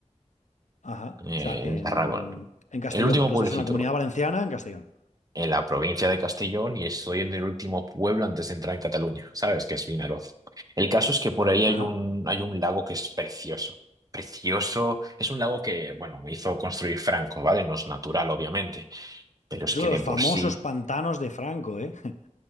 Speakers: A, on the left; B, on the right.
A: Ajá.
B: eh,
A: O sea, en,
B: en Tarragona.
A: en Castellón.
B: El último
A: Tú
B: pueblecito
A: estás en la Comunidad Valenciana, en Castellón.
B: en la provincia de Castellón y estoy en el último pueblo antes de entrar en Cataluña, ¿sabes? Que es Vinaroz. El caso es que por ahí hay
A: Ajá.
B: un, hay un lago que es precioso. Precioso. Es un lago que, bueno, me hizo construir Franco, ¿vale? No es natural, obviamente, pero es
A: Es
B: que
A: uno de
B: de
A: los
B: por
A: famosos
B: sí.
A: pantanos de Franco, ¿eh? <laughs>